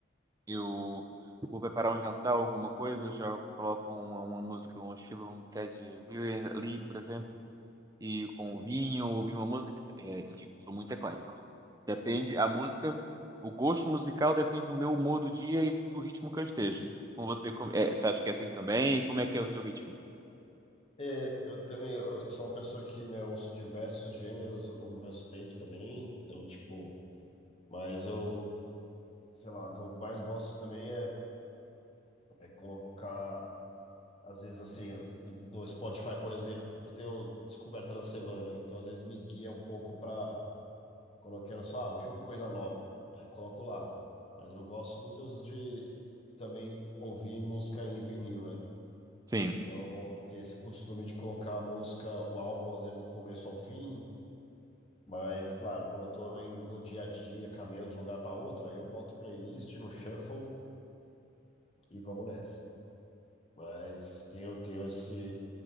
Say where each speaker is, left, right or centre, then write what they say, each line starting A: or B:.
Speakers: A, on the right; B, on the left.
A: eu vou preparar um jantar, alguma coisa, eu já coloco uma, uma música, um estilo, um Ted Williams ali, por exemplo, e com o vinho, ouvir uma música. É, digo, sou muito eclético. Depende, a música, o gosto musical depende do meu humor do dia e do ritmo que eu esteja. Com você, como- é, você acha que é assim também? E como é que é o seu ritmo?
B: É, eu também, eu sou uma pessoa que, né, ouço diversos gêneros ao mesmo tempo também, então, tipo, mas eu, sei lá, o que eu mais gosto também é, é colocar, às vezes, assim, eu- no Spotify, por exemplo, tem o Descoberta da Semana, né, então, às vezes, me guia um pouco para quando eu quero só, ah, deixa eu ouvir coisa nova, aí eu coloco lá, mas eu gosto muito de também ouvir música em vinil, né,
A: Sim.
B: Então, tem esse costume de colocar a música, o álbum, às vezes, do começo ao fim. Mas, claro, quando eu tô em- no dia a dia, caminhando de um lugar para outro, aí eu boto playlist no shuffle e vamos nessa. Mas tenho, tenho esse...